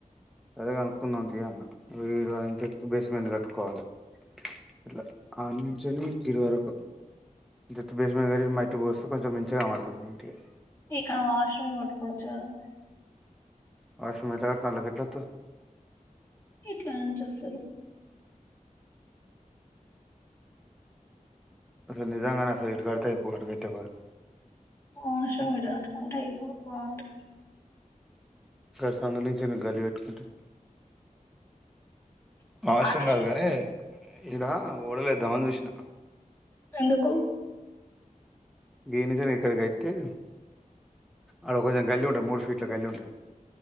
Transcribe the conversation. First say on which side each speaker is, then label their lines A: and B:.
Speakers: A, in the centre; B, on the left.
A: సరే కనుక్కుందంది అన్నంత బేస్మెంట్ కట్టుకోవాలి ఇట్లా అంచ గడి వరకు ఇ చె బేస్మెంట్ కట్టి మట్టికి పోస్తే కొంచెం మంచిగా పడుతుంది నీట్గా
B: ఇక్కడ వాష్రూమ్ కొట్టుకోవచ్చు కదా
A: ఫాస్టుగా ఎట్ల కడుతున్నారు కట్టొద్దు
B: ఇట్లా నుంచి వస్తారు
A: అసలు నిజంగానే అసలు ఇటు కడతాయి పో అటుకట్టే బదులు
B: ఆష్ర విద అటుకుంటే అయిపో బాగుంట
A: గారి సంద నుంచిను గల్లి పెట్టుకుంటే అవసరం
B: అటు
A: కాదు కానీ ఇడా ఓడలేద్దామని చూసిన
B: ఎందుకు
A: గే నిజం ఎక్కడి గట్టతే అ ఒక జాం గల్లి ఉంటుంది మూడు ఫీట్ల గల్లి ఉుది